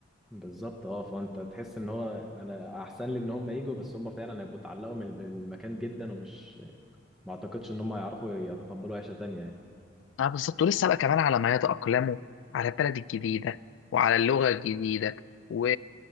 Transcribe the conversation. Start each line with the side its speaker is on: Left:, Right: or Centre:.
Centre: بالظبط اه فانت تحس ان هو انا احسن لي ان هم يجوا بس هم فعلا هيبقوا اتعلقوا بال- بالمكان جدا ومش ما اعتقدش ان هم يعرفوا يتقبلوا عيشه تانية يعني
Left: اه بالظبط ولسه بقى كمان على ما يتأقلموا على البلد الجديدة وعلى اللغة الجديدة و